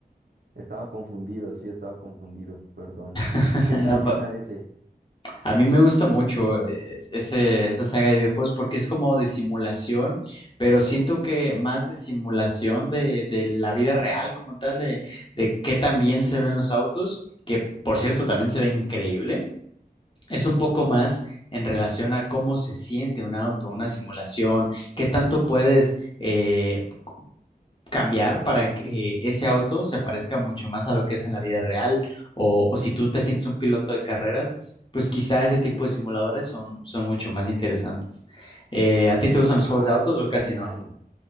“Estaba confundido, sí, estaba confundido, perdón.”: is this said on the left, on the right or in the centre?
Right